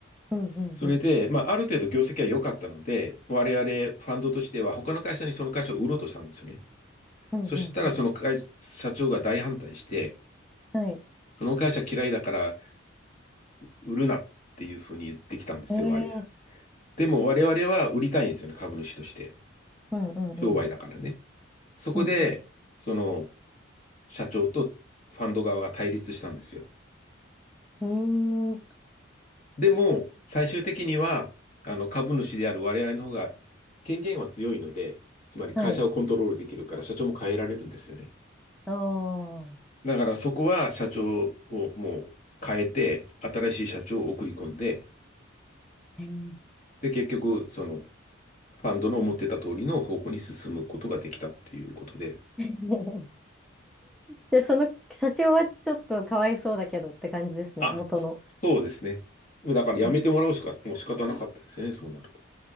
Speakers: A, in the centre; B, on the left.
A: うんうんうん。
B: それで、まあ、ある程度業績は良かったので、我々ファンドとしては他の会社にその会社を売ろうとしたんですよね。
A: うんうんうん。
B: そしたらその会、社長が大反対して、
A: はい。
B: その会社嫌いだから売るなっていうふうに言ってきたんですよ、
A: ええ
B: あれ。でも我々は売りたいんですよね、株主として。
A: うんうんうん。
B: 商売だからね。そこで、
A: うんう
B: その社長とファンド側が対立したんですよ。
A: ん。うーん。
B: でも、最終的には、あの、株主である我々の方が権限は強いので、つまり会社をコントロールできるから社長も変えられるんですよね。
A: はい。あ
B: だからそこは社長をもう変えて、新しい社長を送り込んで、
A: えー
B: で、結局、その、ファンドの思ってた通りの方向に進むことができたっていうことで。
A: <laughs> で、その社長はちょっとかわいそうだけどって感じですね、
B: あ、
A: 元の。
B: そそうですね。だからやめてもらうしか、
A: え、
B: もう仕方なかったですね、そうなると。